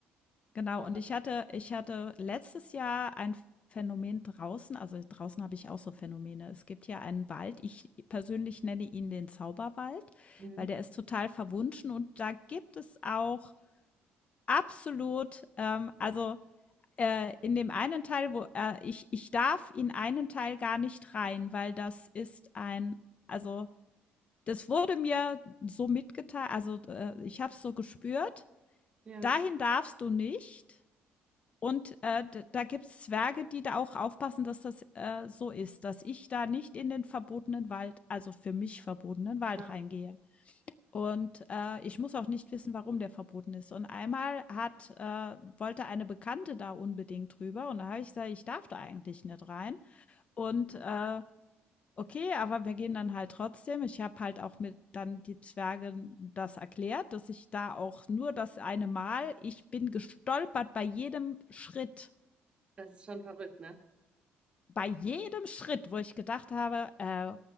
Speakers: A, on the left; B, on the right.
A: genau.
B: doch,
A: Und
B: das,
A: ich hatte, ich hatte letztes Jahr ein Phänomen draußen, also draußen habe ich auch so Phänomene. Es gibt ja einen Wald, ich persönlich nenne ihn den Zauberwald,
B: mhm.
A: weil der ist total verwunschen und da gibt es auch absolut, ähm, also äh, in dem einen Teil, wo äh, ich, ich darf in einen Teil gar nicht rein, weil das ist ein, also das wurde mir so mitgeteilt, also äh, ich habe es so gespürt,
B: Ja,
A: dahin darfst du nicht. Und äh, da gibt es Zwerge, die da auch aufpassen, dass das äh, so ist, dass ich da nicht in den verbotenen Wald, also für mich verbotenen Wald
B: ja,
A: reingehe. Und, äh, ich muss auch nicht wissen, warum der verboten ist. Und einmal hat äh, wollte eine Bekannte da unbedingt drüber und da habe ich gesagt: „Ich darf da eigentlich nicht rein.“ Und, äh, okay, aber wir gehen dann halt trotzdem. Ich habe halt auch mit dann die Zwerge das erklärt, dass ich da auch nur das eine Mal ich bin gestolpert bei jedem Schritt.
B: das ist schon verrückt, ne?
A: bei jedem Schritt, wo ich gedacht habe, äh,